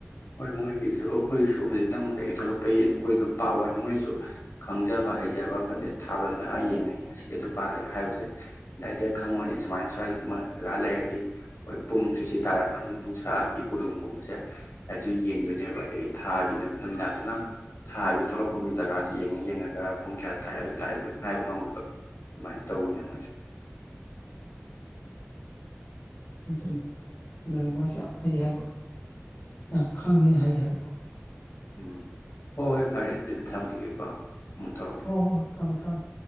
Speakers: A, on the left (about 85°); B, on the left (about 60°).
A: ꯍꯣꯏ ꯃꯣꯏ ꯀꯁꯨ ꯑꯩꯈꯣꯏꯁꯨ ꯍꯧꯖꯤꯛꯇ ꯀꯩꯀꯩ ꯊꯣꯛꯂꯛꯄ ꯑꯩꯈꯣꯏ ꯑꯗꯨꯝ ꯄꯥꯋꯅꯤ ꯃꯣꯏꯁꯨ ꯈꯪꯖꯞ ꯍꯩꯖꯕ ꯀꯩꯅꯗ ꯊꯥꯕꯅꯤ ꯌꯦꯡꯉꯛꯏꯦ ꯉꯁꯤꯗꯤ ꯑꯗꯨ ꯄꯥꯜꯂꯦꯒ ꯍꯥꯏꯕꯁꯦ ꯗꯥꯏꯔꯦꯛ ꯈꯪꯉꯣꯅꯤ ꯁ ꯁꯨꯃꯥꯏꯅ ꯁ꯭ꯋꯥꯏꯗ ꯖꯒꯥ ꯂꯩꯔꯗꯤ ꯍꯣꯏ ꯄꯨꯡꯅꯤꯡꯁꯨꯨꯁꯤꯠ ꯇꯥꯔꯝꯕꯅꯤ ꯅꯨꯡꯁꯥꯒꯤ ꯍꯨꯗꯣꯡꯒꯨꯝꯕꯁꯦ ꯍꯥꯏꯁꯨ ꯌꯦꯡꯗꯣꯏꯅꯦꯕ ꯑꯗꯒꯤ ꯊꯥꯒꯤ ꯅꯨꯠ ꯅꯨꯃꯤꯗꯥꯡꯗꯅ ꯊꯥꯒꯤ ꯊꯣꯛꯂꯛꯐꯝꯒꯤ ꯖꯒꯥꯁꯤ ꯌꯦꯡꯉ ꯌꯦꯡꯉꯒ ꯄꯨꯡ ꯀꯌꯥ ꯇꯥꯔꯦ ꯑꯗꯨ ꯇꯥꯔꯦ ꯂꯣꯏꯅ ꯍꯥꯏꯕ ꯉꯝꯕꯗꯣ ꯑꯗꯨꯃꯥꯏꯅ ꯇꯧꯅꯃꯖ
B: ꯑꯗꯨꯅꯤ ꯑꯗꯨꯅꯤ ꯃꯣꯏꯁꯨꯦ ꯌꯥꯝ ꯍꯩ ꯍꯥꯏꯕ ꯌꯥꯝ ꯈꯪꯉꯤ ꯍꯩ ꯍꯥꯏꯕ
A: ꯎꯝ ꯍꯣꯏ ꯍꯣꯏ ꯐꯔꯦ ꯑꯗꯨꯝ ꯊꯝꯈꯤꯒꯦꯀꯣ ꯑꯃꯨꯛ ꯇꯧꯔꯛꯀꯦ
B: ꯍꯣ ꯍꯣ ꯍꯣ ꯊꯥꯡꯝꯕ ꯊꯥꯡꯝꯕ